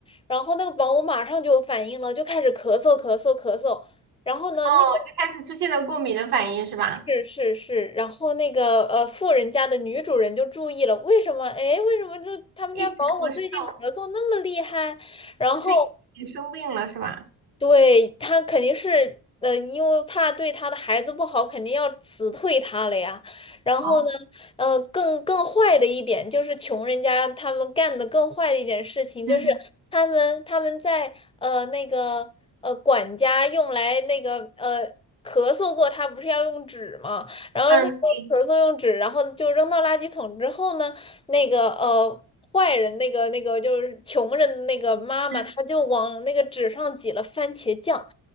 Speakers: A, on the left; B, on the right.
A: 然后那个保姆马上就有反应了，就开始咳嗽咳嗽咳嗽。然后呢，
B: 哦，
A: 那个
B: 就开始出现了过敏的反应是吧？
A: 是是是，然后那个呃富人家的女主人就注意了，为什么？哎，为什么就他们家保姆最近咳嗽那么厉害？
B: 一直咳嗽，
A: 然后。
B: 就是已经生病了是吧？
A: 对，他肯定是，呃，因为怕对他的孩子不好，肯定要辞退他了呀。然后呢，
B: 哦，
A: 呃，更更坏的一点就是穷人家他们干的更坏的一点事情，
B: 嗯
A: 就是他们他们在呃那个呃管家用来那个呃咳嗽过，他不是要用纸嘛，然后他说咳嗽用纸，
B: 嗯，对。
A: 然后就扔到垃圾桶之后呢。那个呃坏人那个那个就是穷人的那个妈妈，
B: 嗯
A: 她就往那个纸上挤了番茄酱，